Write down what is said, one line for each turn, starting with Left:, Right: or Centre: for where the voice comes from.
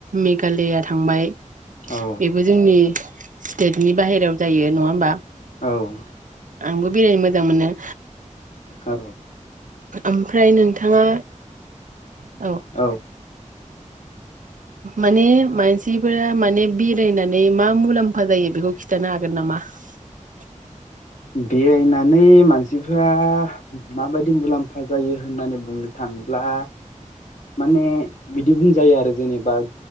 Right: मेघालया थांबाय।
Left: औ
Right: बेबो जोंनि स्टेटनि बाहेरायाव जायो नङा होमबा?
Left: औ
Right: आंबो बेरायनो मोजां मोनो।
Left: औ
Right: ओमफ्राय नोंथाङा औ
Left: औ
Right: माने मानसिफोरा माने बेरायनानै मा मुलाम्फा जायो बेखौ खिथानो हागोन नामा? <inaudible>
Left: बेरायनानै मानसिफ्रा माबायदि मुलाम्फा जायो होननानै बुंनो थाङोब्ला माने बिदि बुंजायो आरो जेनेबा